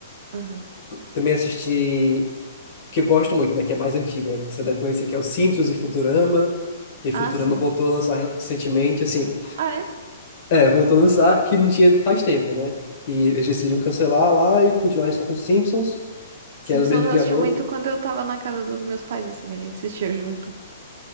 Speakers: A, on the right; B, on the left.
A: Aham.
B: Também assisti, que eu gosto muito, né? Que é mais antigo, aí, você deve conhecer, que é o Simpsons e Futurama. Que Futurama
A: Ah, sim.
B: voltou a lançar recentemente, assim.
A: Ah, é?
B: É, voltou a lançar, que não tinha faz tempo, né? E eles decidiram cancelar lá e continuarem só com Simpsons,
A: Simpsons
B: que era o mesmo
A: eu
B: criador,
A: assistia muito
B: né?
A: quando eu tava na casa dos meus pais, assim, a gente assistia junto.